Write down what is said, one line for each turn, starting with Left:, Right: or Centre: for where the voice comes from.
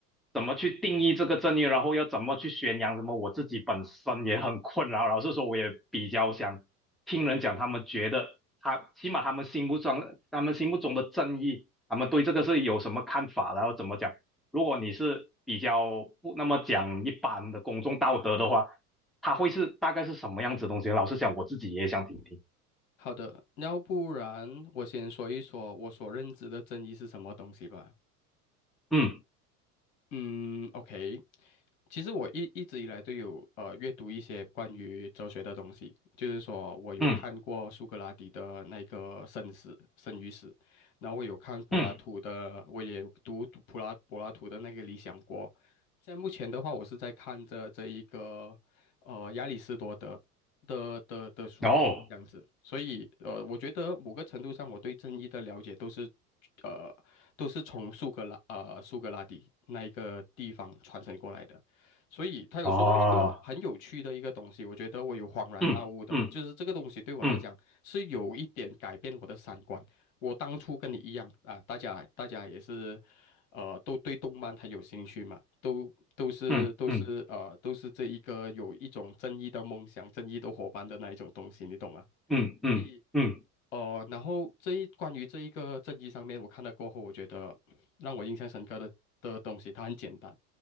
Centre: 怎么去定义这个正义，然后要怎么去宣扬什么，我自己本身也很困扰。老实说，我也比较想听人讲，他们觉得他起码他们心目中他们心目中的正义，他们对这个是有什么看法，然后怎么讲。如果你是比较不那么讲一般的公众道德的话，他会是大概是什么样子的东西？老实讲，我自己也想听听。
Left: 好的，要不然我先说一说我所认知的正义是什么东西吧。
Centre: 嗯
Left: 嗯，OK，其实我一一直以来都有呃阅读一些关于哲学的东西，就是说我有看过苏格拉底的那个《生死》《生与死》，
Centre: 嗯
Left: 然后我有看柏拉图的，
Centre: 嗯，
Left: 我也读读柏拉柏拉图的那个《理想国》，现在目前的话，我是在看着这一个呃亚里士多德的的的书籍这样子，
Centre: 哦，
Left: 所以呃，我觉得某个程度上，我对正义的了解都是呃都是从苏格拉呃苏格拉底那一个地方传承过来的，所以他有说到一个很有趣的一个东西，
Centre: 哦，
Left: 我觉得我有恍然大悟的，
Centre: 嗯嗯
Left: 就是这个东西对我来讲是有一点改变我的三观。
Centre: 嗯
Left: 我当初跟你一样啊，大家大家也是。呃，都对动漫很有兴趣嘛，都都是都是呃都是这一个有一种正义的梦想、
Centre: 嗯嗯
Left: 正义的伙伴的那一种东西，你懂吗？
Centre: 嗯嗯嗯
Left: 所以呃，然后这一关于这一个正义上面，我看了过后，我觉得让我印象深刻的的东西，它很简单，